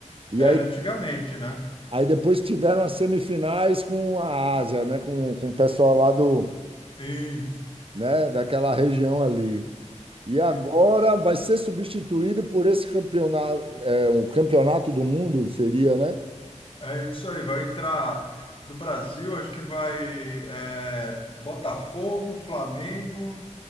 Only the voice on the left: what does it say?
Era
antigamente, né?
Isso.
isso.
É isso aí, vai entrar do Brasil, acho que vai é, Botafogo, Flamengo,